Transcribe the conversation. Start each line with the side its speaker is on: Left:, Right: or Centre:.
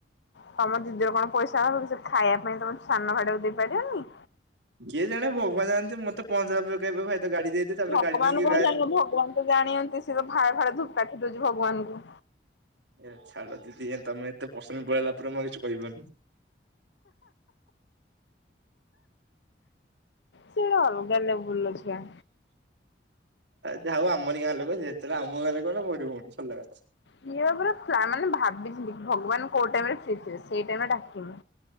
Left: ତମ ଦିଦିର କଣ ପଇସା <unintelligible> ଖାଇବା ପାଇଁ ତମ ସାନ ଭାଇଟାକୁ ଦେଇପାରିବନି।
Right: କିଏ ଜାଣେ ଭଗବାନ ଜାଣନ୍ତି ମତେ ପହଞ୍ଚିଲା ପରେ <unintelligible> ତାପରେ
Left: ଭଗବାନ
Right: ଗାଡି ନେଇକି
Left: କଣ
Right: ଗାୟବ।
Left: ଜାଣିବ ଭଗବାନ ତ ଜାଣନ୍ତି ସେଥିରୁ ଫାଡେ ଫାଡେ ଧୂପକାଠି ଜଦି ଭଗବାନଙ୍କୁ
Right: ଏ ଛାଡ ଦିଦି ତମେ ଏତେ ପସନ୍ଦ ପଳେଇଲା ପରେ ମୁ ଆଉ କିଛି କହିଵିନି।
Left: ସେ ଗୋଟେ ଅଲଗା ଲେବୁଲର ଛୁଆ।
Right: ଯା ହଉ ଆମରି ଗାଁ ଲୋକ ଯେ ଯେତେହେଲେ ଆମ ଗାଁ ଲୋକ ନା ମୋରି ଭଉଣୀ ସରିଲା କଥା।
Left: କିଏ ବା ପରେ ମାନେ ଭାବିଛନ୍ତି ଭଗବାନ କୋଉ ଟାଇମ୍ ରେ ଫ୍ରି ଥିବେ। ସେଇ ଟାଇମ୍ ରେ ଡାକିମି।